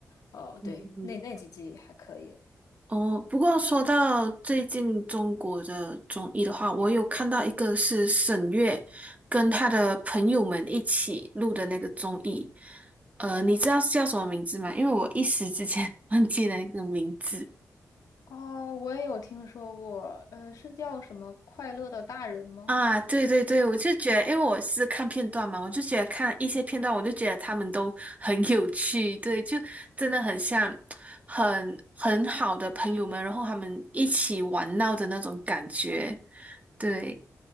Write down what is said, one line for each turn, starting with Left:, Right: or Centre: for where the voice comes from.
Left: 哦，
Right: 嗯，
Left: 对，那那几季还可以了。
Right: 哦，不过说到最近中国的综艺的话，我有看到一个是沈月跟她的朋友们一起录的那个综艺，呃，你知道是叫什么名字吗？因为我一时之间 <laughs> 忘记了那个名字。
Left: 哦，我也有听说过，呃，是叫什么《快乐的大人》吗？
Right: 啊，对对对，我就觉得，因为我是看片段嘛，我就觉得看一些片段，我就觉得他们都 <laughs> 很有趣，对，就真的很像很很好的朋友们，然后他们一起玩闹的那种感觉，对